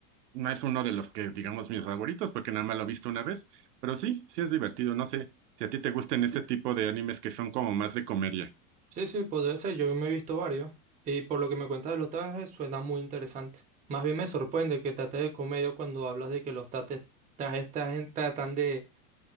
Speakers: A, on the right (about 85°); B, on the right (about 20°).
A: no es uno de los que, digamos, mis favoritos, porque nada más lo he visto una vez, pero sí, sí es divertido. No sé si a ti te gusten este tipo de animes que son como más de comedia.
B: Sí, sí, podría ser. Yo me he visto varios. Y por lo que me cuentas de los trajes, suena muy interesante. Más bien me sorprende que trate de comedia cuando hablas de que los trates- trajes, trajen- tratan de